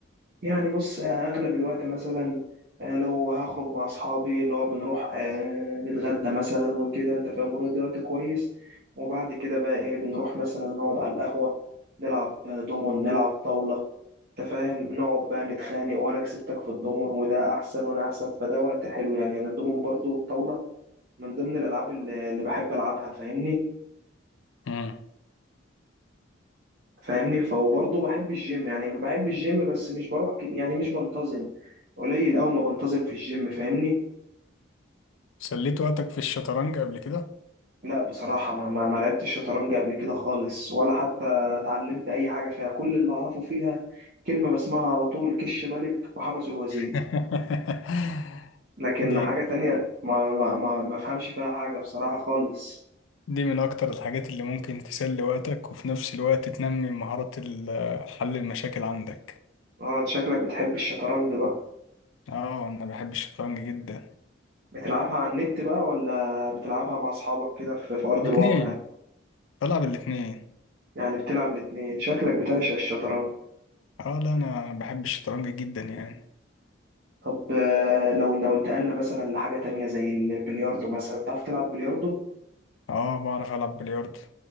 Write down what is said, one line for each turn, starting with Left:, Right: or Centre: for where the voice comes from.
Right: يعني بص آه، اغلب الوقت مثلا آه، لو هخرج مع اصحابي اللي هو بنروح آه، نتغدى مثلا وكده انت فاهم ونقضي وقت كويس وبعد كده بقى ايه بنروح مثلا نقعد على القهوه نلعب آه، دومون نلعب طاوله انت فاهم نقعد بقى نتخانق وانا كسبتك في الدومون وده احسن وانا احسن فده وقت حلو يعني يعني الدومون برضو والطاوله من ضمن الالعاب اللي اللي بحب العبها فاهمني
Left: مم.
Right: فاهمني فهو برضه بحب الجيم يعني بحب الجيم بس مش بروح ك- يعني مش بنتظم قليل أوي ما بنتظم في الجيم فاهمني
Left: سليت وقتك في الشطرنج قبل كده؟
Right: لا بصراحة ما ما ما لعبتش شطرنج قبل كده خالص ولا حتى اتعلمت أي حاجة فيها كل اللي أعرفه فيها كلمة بسمعها على طول كش ملك وحبس الوزير
Left: <laughs>
Right: لكن حاجة
Left: دي
Right: تانية ما ما ما ما فهمش فيها حاجة بصراحة خالص
Left: دي من أكتر الحاجات اللي ممكن تسلي وقتك وفي نفس الوقت تنمي مهارات ال- حل المشاكل عندك
Right: اه انت شكلك بتحب الشطرنج بقى
Left: اه أنا بحب الشطرنج جدا
Right: بتلعبها على النت بقى ولا بتلعبها مع أصحابك كده في في أرض
Left: الاتنين
Right: الواقع
Left: بلعب الاتنين
Right: يعني بتلعب الاتنين شكلك بتعشق الشطرنج
Left: اه لا أنا بحب الشطرنج جدا يعني
Right: طب آه، لو لو انتقلنا مثلا لحاجة تانية زي البلياردو مثلا بتعرف تلعب بلياردو؟
Left: اه بعرف ألعب بلياردو